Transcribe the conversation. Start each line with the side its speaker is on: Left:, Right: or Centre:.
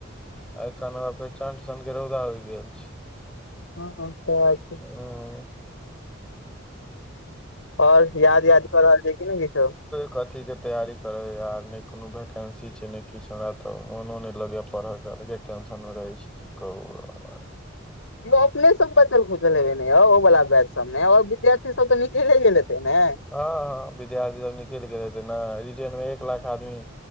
Centre: एखन एन फेर चण्ठ सनक के रौदा उइग गेल छै।
Left: हँ-हँ, तऔर की।
Centre: हँ।
Left: और याद- याद कर रहल छै कि ने किछो?
Centre: कथीके तैयारी करैय यार, नहि कोनो वैकेन्सी छै, नहि किछु हमरा तऽ मोनो नहि लगैया पढ़ऽके, अलगे टेंशन मे रहै छी, की कहु।
Left: यो अपने सब बचल खुचल हेबेने यौ, ओ वाला बैच सबमे और विद्यार्थी सब त निकले गेल हेते ने।
Centre: हँ- हँ, विद्यार्थी सब निकलि गेलै ते ने, रिटेर्नमे एक लाख आदमी